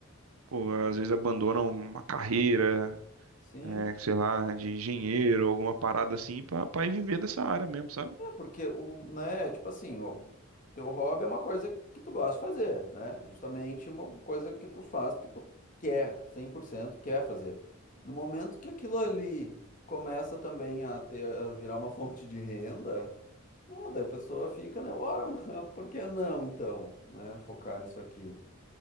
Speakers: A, on the right; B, on the left.
A: Pô, às vezes abandonam uma carreira,
B: Sim,
A: é, sei lá, de engenheiro, alguma parada assim, pra, pra ir viver dessa área mesmo, sabe?
B: é porque o, né, tipo assim, o teu hobby é uma coisa que tu gosta de fazer, né? Justamente uma coisa que tu faz porque tu quer, 100% quer fazer. No momento que aquilo ali começa também a ter, a virar uma <laughs> fonte de renda, não, daí a pessoa fica, né? Ora, <laughs> mas por que não então, né? Focar nisso aqui.